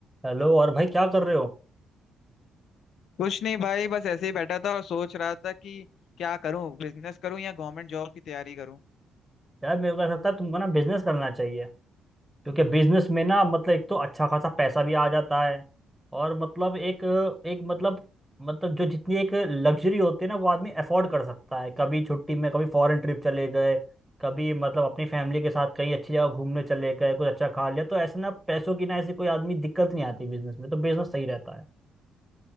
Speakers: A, in the centre; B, on the left (about 70°).
A: Hello और भाई क्या कर रहे हो
B: कुछ नहीं भाई बस ऐसे ही बैठा था और सोच रहा था कि क्या करूं बिजनेस करूं या गवर्नमेंट जॉब की तैयारी करूं
A: यार मेरे को ऐसा लगता है तुमको ना बिजनेस करना चाहिए क्योंकि बिजनेस में ना मतलब एक तो अच्छा खासा पैसा भी आ जाता है और मतलब एक एक मतलब मतलब जो जितनी एक लग्जरी होती है ना वो आदमी अफोर्ड कर सकता है कभी छुट्टी में कभी फॉरेन ट्रिप चले गए कभी मतलब अपनी फैमिली के साथ कहीं अच्छी जगह घूमने चले गए कुछ अच्छा खा लिया तो ऐसे ना पैसों की ना ऐसी कोई आदमी दिक्कत नहीं आती बिजनेस में तो बिजनेस सही रहता है